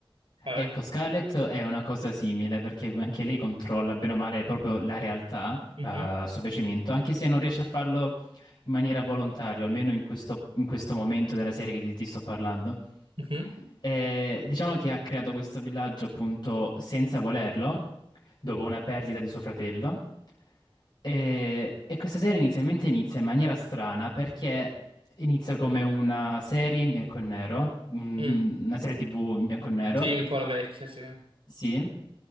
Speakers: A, on the right; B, on the left.
A: Vai,
B: Ecco,
A: vai.
B: Scarlett è una cosa simile perché anche lei controlla bene o male proprio la realtà,
A: Mhm,
B: la- il suo piacimento, anche se non riesce a farlo in maniera volontaria, almeno in questo, in questo momento della serie che ti, ti sto parlando.
A: mhm,
B: E diciamo che ha creato questo villaggio appunto senza volerlo, dopo una perdita di suo fratello. E, e questa serie inizialmente inizia in maniera strana perché inizia come una serie in bianco e nero, un-
A: mm.
B: una serie TV in bianco e nero.
A: Sì, un po' la vecchia, sì.
B: Sì.